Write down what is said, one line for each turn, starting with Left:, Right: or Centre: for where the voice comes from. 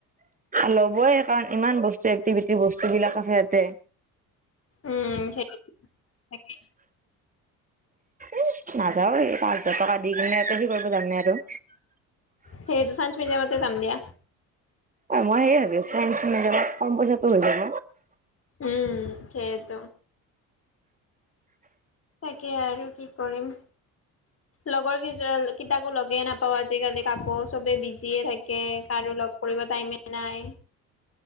Right: ল'বই কাৰণ ইমান বস্তু এক্টিভিটি বস্তু বিলাক আছে ইয়াতে।
Left: উম সেইটোৱে, তাকে।
Right: এই নাযাও এই পাঁচ হাজাৰ টকা দি কিনে তহতি কৰিব যাবি নে এটো
Left: হেই দুচানচ মিজেয়ামতে যাম দিয়া
Right: অ মই সেই ভাবি আছো চাইন্স মেজত কম পইচাটো হৈ যাব
Left: উম খেত তাকে আৰু কি কৰিম লগৰ কিজ কিতাকো লগে নাপাওঁ আজিকালি কাকো চবে বিজিয়ে থাকে কৰো লগ কৰিব টাইমে এ নাই